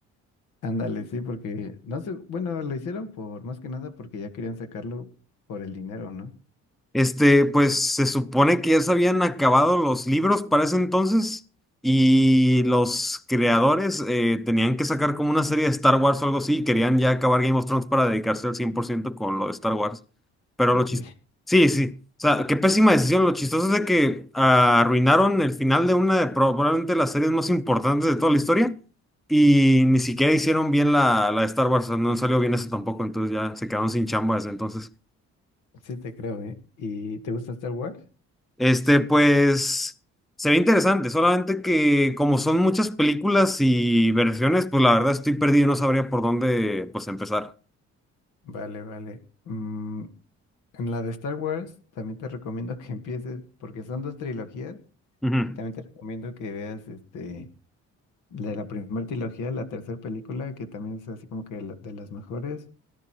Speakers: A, on the left; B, in the centre.
A: Ándale, sí, porque, no sé, bueno, lo hicieron por, más que nada porque ya querían sacarlo por el dinero, ¿no?
B: Este, pues se supone que ya se habían acabado los libros para ese entonces y los creadores eh, tenían que sacar como una serie de Star Wars o algo así y querían ya acabar Game of Thrones para dedicarse al 100% con lo de Star Wars. Pero
A: Porque
B: lo chistoso... Sí, sí. O sea, qué pésima decisión. Lo chistoso es de que ah, arruinaron el final de una de probablemente las series más importantes de toda la historia y ni siquiera hicieron bien la, la de Star Wars. O sea, no salió bien eso tampoco, entonces ya se quedaron sin chamba desde entonces.
A: <laughs> sí te creo, ¿eh? ¿Y te gusta Star Wars?
B: Este, pues, se ve interesante, solamente que como son muchas películas y versiones, pues la verdad estoy perdido, no sabría por dónde, pues, empezar.
A: Vale, vale. Mm, en la de Star Wars también te recomiendo que empieces, porque son dos trilogías,
B: Ujú.
A: y también te recomiendo que veas este... De la primera trilogía, la tercera película, que también es así como que la- de las mejores,